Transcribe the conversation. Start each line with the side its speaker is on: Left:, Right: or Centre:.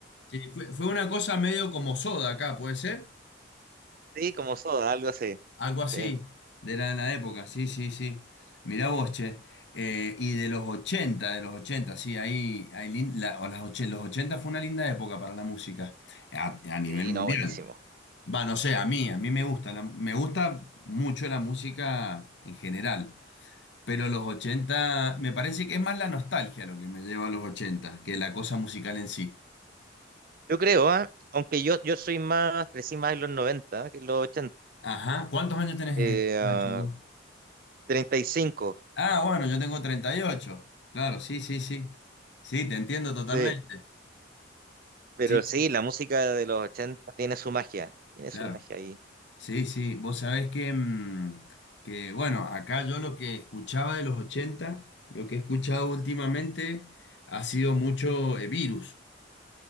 Left: Sí, fue, fue una cosa medio como Soda acá, ¿puede ser?
Right: sí, como Soda, algo así,
Left: Algo así.
Right: sí,
Left: De la, de la época, sí, sí, sí. Mirá vos, che. Eh, y de los 80, de los ochenta. sí, ahí, ahí lin- la- o las och- los 80 fue una linda época para la música a, a nivel
Right: sí,
Left: mundial.
Right: no, buenísimo.
Left: Va, no sé, a mí, a mí me gusta, la- me gusta mucho la música en general, pero los 80 me parece que es más la nostalgia lo que me lleva a los ochenta que la cosa musical en sí.
Right: Yo creo, ¿ah? Aunque yo, yo soy más, crecí más en los noventa, que en los 80,
Left: Ajá, ¿cuántos años tenés,
Right: eh,
Left: eh, Nacho?
Right: ah,
Left: vos?
Right: 35,
Left: Ah, bueno, yo tengo treinta y ocho Claro, sí, sí, sí. Sí, te entiendo totalmente.
Right: sí, pero
Left: Sí,
Right: sí,
Left: sí,
Right: la música de los 80 tiene su magia, tiene
Left: claro.
Right: su magia ahí.
Left: Sí, sí, vos sabés que, mm, que, bueno, acá yo lo que escuchaba de los ochenta lo que he escuchado últimamente ha sido mucho eh, Virus.